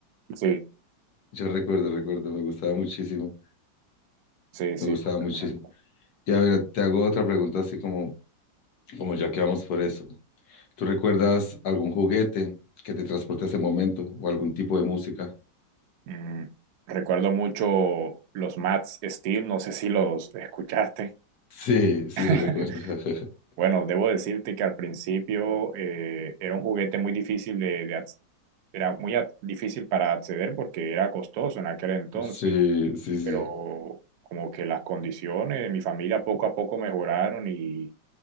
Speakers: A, on the right (about 70°); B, on the left (about 60°).
A: Sí,
B: Yo recuerdo, recuerdo, me gustaba muchísimo,
A: sí, sí,
B: me gustaba
A: completamente.
B: muchísimo. Y a ver, te hago otra pregunta así como, como ya que vamos por eso. ¿Tú recuerdas algún juguete que te transporte a ese momento o algún tipo de música?
A: Mm, recuerdo mucho los Mats Steel, no sé si los escuchaste.
B: Sí, sí,
A: <laughs>
B: lo recuerdo. <laughs>
A: Bueno, debo decirte que al principio eh, era un juguete muy difícil de, de ac- era muy ac- difícil para acceder porque era costoso en aquel entonces,
B: Sí, sí, sí.
A: pero como que las condiciones de mi familia poco a poco mejoraron y